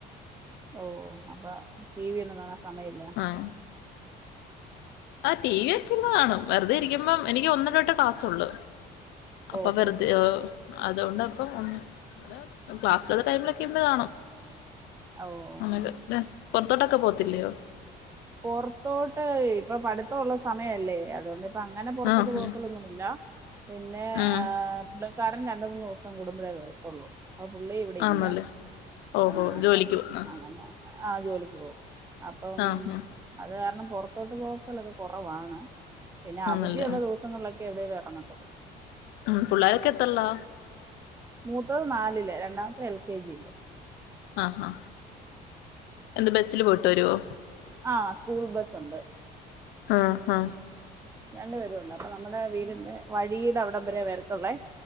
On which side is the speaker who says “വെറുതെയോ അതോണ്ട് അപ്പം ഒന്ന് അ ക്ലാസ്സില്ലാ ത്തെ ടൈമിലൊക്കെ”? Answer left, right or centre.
Left